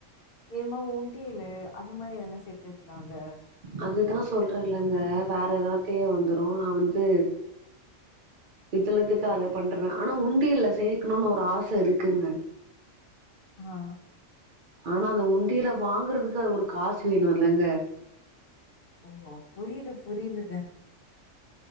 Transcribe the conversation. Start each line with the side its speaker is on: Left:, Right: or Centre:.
Left: இதுமா உண்டியலு அது மா என சேத்து வக்கலால்ல
Right: அதுதா சொல்றேல்லங்க வேற எதா தேவ வந்துரூ நா வந்து இதுலர்க்குதா அத பண்றே ஆனா உண்டியல்ல சேக்கணூனு ஒரு ஆஸ் ச இருக்குங்க
Left: ஆ
Right: ஆனா அந்த உண்டியில வாங்கறதுக்கு அது ஒரு காசு வேணு இல்லங்க
Left: ஓ புரியுது புரியுதுங்க